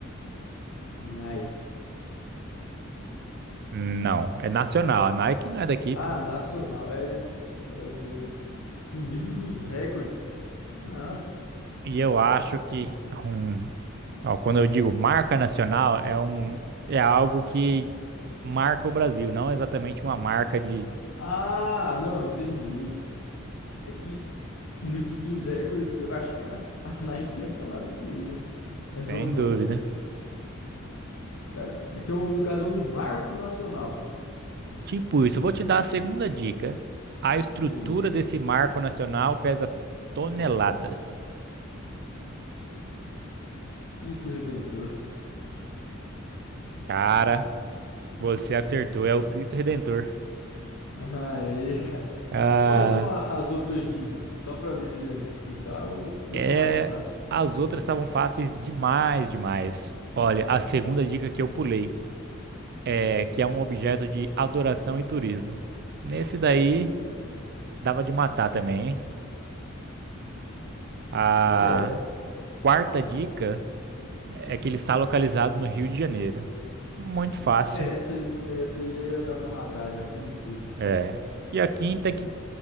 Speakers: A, on the left; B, on the right.
A: Nike.
B: Não, é nacional. A Nike não é daqui,
A: Ah,
B: pô.
A: nacional, é brasileira. No livro dos recordes, cara. Nossa.
B: E eu acho que um, ó, quando eu digo marca nacional, é um é algo que marca o Brasil, não exatamente uma marca de,
A: Ah, não, entendi. É que no livro dos recordes, eu acho que a, a Nike deve estar lá no meio, né?
B: sem
A: Mas vamos
B: dúvida.
A: lá. Cara, então no caso é um marco nacional.
B: Tipo isso, eu vou te dar a segunda dica. A estrutura
A: Beleza.
B: desse marco nacional pesa toneladas.
A: Cristo Redentor.
B: Cara, você acertou, é o Cristo Redentor.
A: Aê, <laughs> cara.
B: Ah,
A: Quais são a- as outras dicas? Só pra ver se ia dificultar ou deixar
B: é,
A: mais fácil.
B: as outras estavam fáceis demais, demais. Olha, a segunda dica que eu pulei. é, que é um objeto de adoração e turismo. Nesse daí, dava de matar também, hein? A
A: É,
B: quarta dica é que ele está localizado no Rio de Janeiro. Muito fácil.
A: é essa aí, essa aí já ia dar pra matar, já tranquilo.
B: É. E a quinta é que